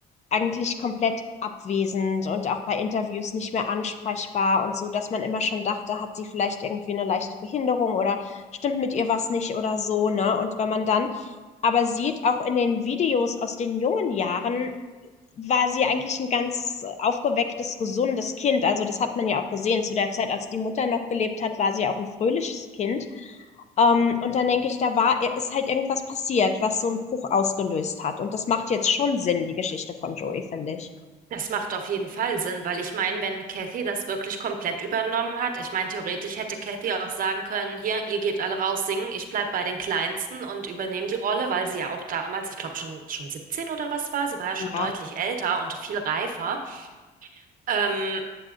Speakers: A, on the left (about 40°); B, on the right (about 55°).
A: eigentlich komplett abwesend und auch bei Interviews nicht mehr ansprechbar und so, dass man immer schon dachte, hat sie vielleicht irgendwie eine leichte Behinderung oder stimmt mit ihr was nicht oder so, ne? Und wenn man dann aber sieht, auch in den Videos aus den jungen Jahren, war sie eigentlich ein ganz aufgewecktes, gesundes Kind. Also das hat man ja auch gesehen. Zu der Zeit, als die Mutter noch gelebt hat, war sie auch ein fröhliches Kind. Ähm, und dann denke ich, da war, äh, ist halt irgendwas passiert, was so einen Bruch ausgelöst hat. Und das macht jetzt schon Sinn, die Geschichte von Joey, finde ich.
B: Das macht auf jeden Fall Sinn, weil ich meine, wenn Kathy das wirklich komplett übernommen hat, ich meine, theoretisch hätte Kathy auch sagen können, hier, ihr geht alle raus singen, ich bleib bei den Kleinsten und übernehme die Rolle, weil sie ja auch damals, ich glaube schon schon 17 oder was war, sie war ja schon
A: Ja,
B: deutlich älter und viel reifer. Ähm,